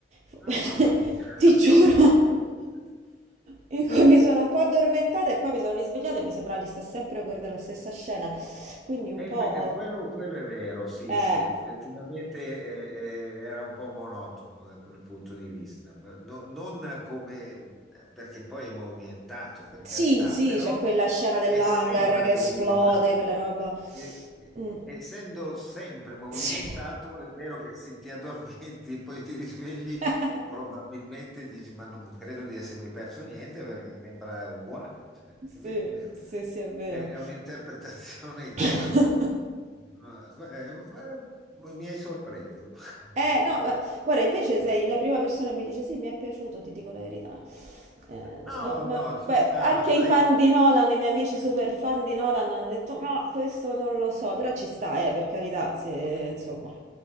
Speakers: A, on the right; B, in the centre.
A: <laughs>
B: Ah, mamma mia!
A: Ti
B: <laughs>
A: giuro.
B: Oddio.
A: <laughs> In cui mi sono un po' addormentata e poi mi sono risvegliata e mi sembrava di stare sempre a guardare la stessa scena. Quindi un
B: Eh,
A: po'...
B: beh, eh, quello, quello è vero, sì,
A: Eh.
B: sì, effettivamente eh, eh, era un po' monotono da quel punto di vista, No- non come, perché poi è movimentato, per
A: Sì,
B: carità,
A: sì,
B: però
A: c'è quella scena dell'hangar
B: è sempre
A: che
B: movimentato.
A: esplode, quella roba.
B: E- e-
A: Mm.
B: essendo sempre movimentato,
A: Sì.
B: è vero che se ti addormenti <laughs> e poi ti risvegli,
A: <laughs>
B: probabilmente dici: Ma non credo di essermi perso niente perché sembra uguale. Cioè,
A: Sì,
B: è vero, è vero.
A: sì, sì, è vero.
B: È, è un'interpretazione che
A: <laughs>
B: eh, eh, eh, mi hai sorpreso. <laughs>
A: Eh, no, ma- guarda, invece sei la prima persona che mi dice sì, mi è piaciuto, ti dico la verità. Eh,
B: No,
A: no, ma-
B: no,
A: ma-
B: ci
A: beh,
B: sta,
A: anche
B: ma sai.
A: i fan di Nolan, i miei amici super fan di Nolan hanno detto no, questo non lo so, però ci sta, eh, per carità, se, insomma.